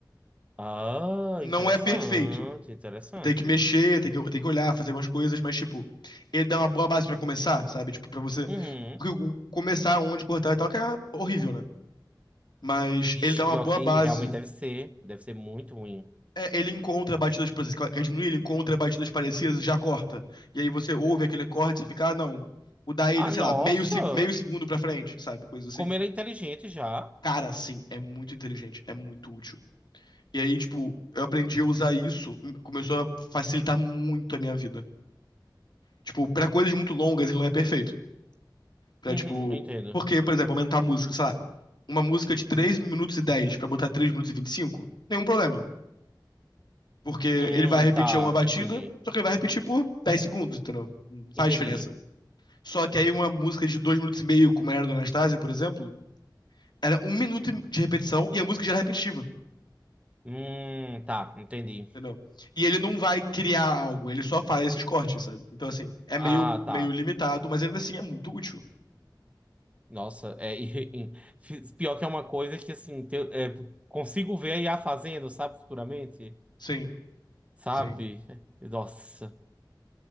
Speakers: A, on the right; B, on the left.
A: Ah,
B: Não
A: interessante,
B: é perfeito,
A: interessante.
B: Tem que mexer, tem que, tem que olhar, fazer algumas coisas, mas, tipo, ele dá uma boa base pra começar, sabe? Tipo, pra você.
A: Uhum.
B: Porque o- começar onde cortar e tal, que é horrível, né? Mas
A: Bicho,
B: ele dá uma
A: pior
B: boa
A: que
B: base.
A: realmente deve ser, deve ser muito ruim.
B: É, ele encontra batidas, por exemplo, quer diminuir, ele encontra batidas parecidas e já corta. E aí você ouve aquele corte e você fica, ah, não, mudar ele,
A: Ah,
B: sei
A: nossa,
B: lá, meio, se- meio segundo pra frente, sabe? Coisa assim.
A: como ele é inteligente já.
B: Cara, sim, é muito inteligente, é muito útil. E aí, tipo, eu aprendi a usar isso, começou a facilitar muito a minha vida. Tipo, pra coisas muito longas ele não é perfeito. Pra,
A: Uhum,
B: tipo.
A: eu entendo.
B: Porque, por exemplo, aumentar a música, sei lá, uma música de 3 minutos e 10 pra botar 3 minutos e 25 nenhum problema. Porque
A: Hum,
B: ele vai repetir
A: tá,
B: uma batida,
A: entendi.
B: só que ele vai repetir por 10 segundos, entendeu? Não faz
A: Entendi.
B: diferença. Só que aí uma música de 2 minutos e meio, como era do Anastasia, por exemplo, era um minuto de repetição e a música já era repetitiva,
A: Hum, tá, entendi.
B: entendeu? E ele não vai criar algo, ele só faz esses cortes, sabe? Então, assim, é
A: Ah,
B: meio, meio
A: tá.
B: limitado, mas ainda assim é muito útil.
A: Nossa, é e- e- pior que é uma coisa que assim te- é, consigo ver a IA fazendo, sabe, futuramente,
B: Sim,
A: sabe?
B: sim.
A: Nossa,